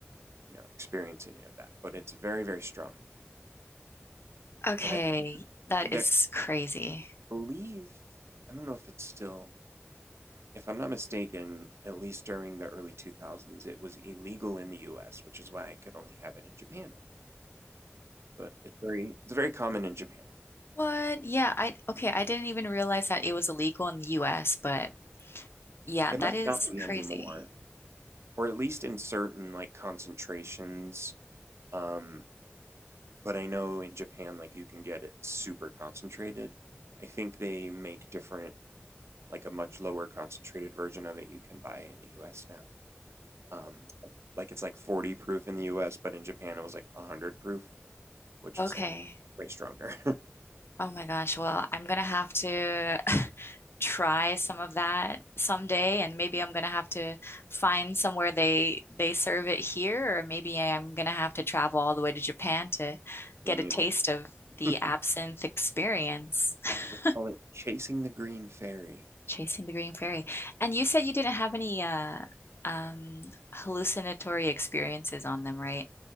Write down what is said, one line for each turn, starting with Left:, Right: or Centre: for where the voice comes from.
Right: you know, experience any of that, but it's very very strong.
Left: Okay,
Right: And I
Left: that
Right: and
Left: is crazy.
Right: I believe I don't know if it's still if I'm not mistaken, at least during the early 2000s, it was illegal in the US, which is why I could only have it in Japan. But it's very it's very common in Japan.
Left: What? Yeah, I okay, I didn't even realize that it was illegal in the US, but yeah,
Right: It
Left: that
Right: might
Left: is
Right: not be anymore,
Left: crazy.
Right: or at least in certain like concentrations. Um, but I know in Japan, like you can get it super concentrated. I think they make different, like a much lower concentrated version of it you can buy in the US now. Um, like it's like 40 proof in the US, but in Japan it was like 100 proof. which
Left: Okay.
Right: was like way stronger. <laughs>
Left: Oh my gosh. Well, I'm gonna have to <laughs> try some of that someday, and maybe I'm gonna have to find somewhere they they serve it here, or maybe I'm gonna have to travel all the way to Japan to get
Right: yeah, maybe.
Left: a taste of
Right: <laughs>
Left: the
Right: they
Left: absinthe experience. <laughs>
Right: call it Chasing the Green Fairy.
Left: Chasing the Green Fairy. And you said you didn't have any uh um hallucinatory experiences on them, right?